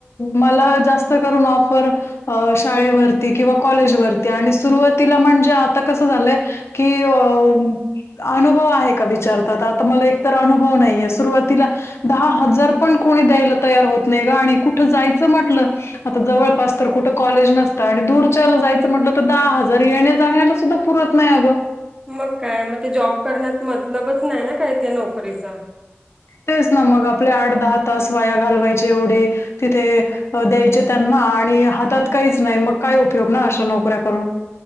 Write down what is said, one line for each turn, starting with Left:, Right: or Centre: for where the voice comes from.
Left: मला जास्त करून ऑफर अ, शाळेवरती, किंवा कॉलेज वरती, आणि सुरुवातीला म्हणजे आता कस झालंय? कि अऽ अनुभव आहे का विचारतात,, आता मला एकतर अनुभव नाहीे,, सुरुवातीलाज्ञऽ दहा हजार पण कोणी द्यायला तयार होत नाही ग, आणि कुठं जायचं म्हटल. आता जवळपास तर कुठं कॉलेज नसत, आणि दूरच्याला जायचं म्हटलं तर दहा हजार येण्या जाण्य सुद्धा पुरत नाही अग.
Right: मग काय? मग ते जॉब करण्यात मतलबच नाही ना काय त्या नोकरीचा.
Left: तेच ना मग आपले आठ, दहा तास वाया घालवायचे एवढे,, तिथे द्यायचे, त्यांना, आणि हातात काहीच नाही, मग काय उपयोग ना, अशा नोकऱ्या करून.